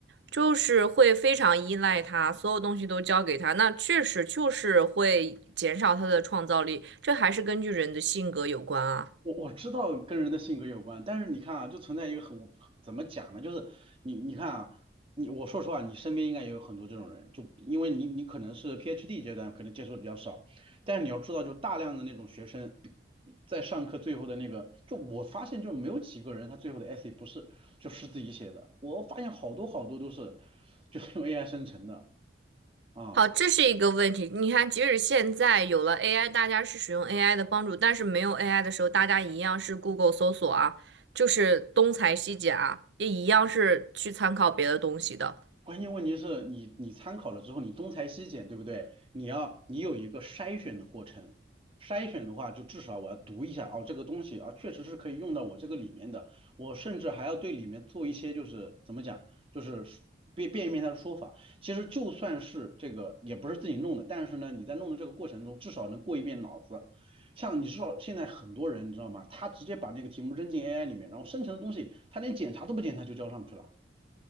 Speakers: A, on the right (about 80°); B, on the right (about 30°).
A: 就是会非常依赖他，所有东西都交给他，那确实就是会减少他的创造力。这还是根据人的性格有关啊。
B: 我我知道跟人的性格有关，但是你看啊，就存在一个很怎么讲呢？就是你你看啊，你我说实话，你身边应该也有很多这种人，就因为你你可能是 PhD 阶段，可能接触的比较少，但是你要知道，就大量的那种学生在上课最后的那个，就我发现就没有几个人他最后的 essay 不是就是自己写的，我发现好多好多都是就是用 AI 生成的啊。
A: 好，这是一个问题。你看，即使现在有了 AI，大家是使用 AI 的帮助，但是没有 AI 的时候，大家一样是 Google 搜索啊，就是东裁西剪啊，也一样是去参考别的东西的。
B: 关键问题是你你参考了之后，你东裁西剪，对不对？你要你有一个筛选的过程，筛选的话，就至少我要读一下哦，这个东西啊，确实是可以用到我这个里面的，我甚至还要对里面做一些就是怎么讲，就是变变一变他的说法。其实就算是这个也不是自己弄的，但是呢，你在弄的这个过程中，至少能过一遍脑子。像你知道现在很多人你知道吗？他直接把那个题目扔进 AI 里面，然后生成的东西他连检查都不检查就交上去了。